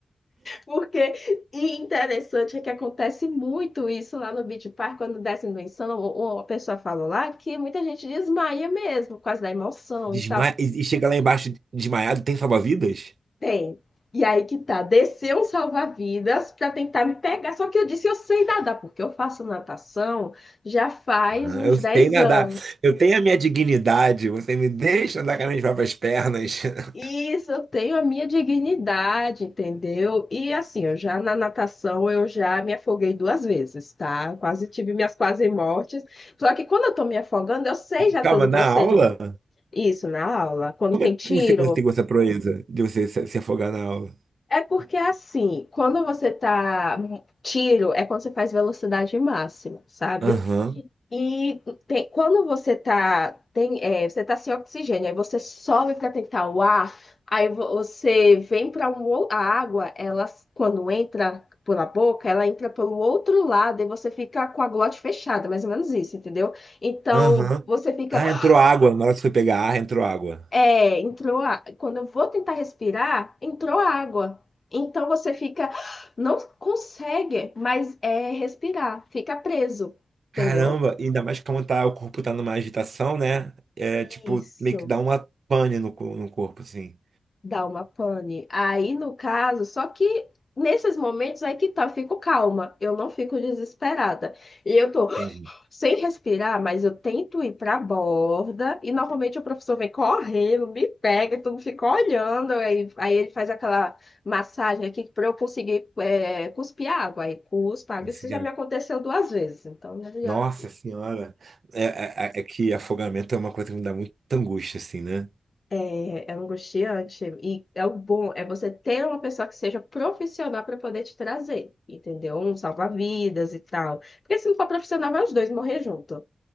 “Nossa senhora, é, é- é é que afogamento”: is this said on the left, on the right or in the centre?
Right